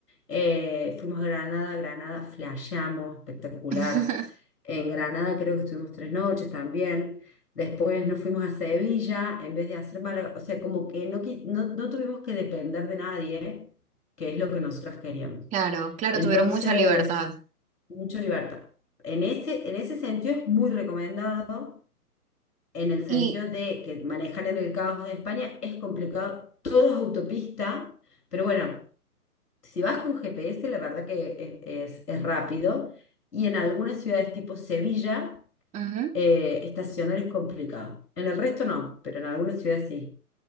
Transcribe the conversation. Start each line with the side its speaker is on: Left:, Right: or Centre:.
Left: Eh, fuimos a Granada, Granada, flasheamos, espectacular.
Right: <laughs>
Left: En Granada creo que estuvimos tres noches también. Después nos fuimos a Sevilla en vez de hacer Málaga. O sea, como que no, qui- no, no tuvimos que depender de nadie, que es lo que nosotras queríamos.
Right: Claro, claro,
Left: Entonces,
Right: tuvieron mucha libertad.
Left: mucha libertad. En ese, en ese sentido es muy recomendado, en el sentido
Right: Y,
Left: de que manejar en el caos de España es complicado, todo es autopista, pero bueno, si vas con GPS, la verdad que es, es- es rápido, y en algunas ciudades tipo Sevilla,
Right: ujú,
Left: eh, estacionar es complicado. En el resto no, pero en algunas ciudades sí.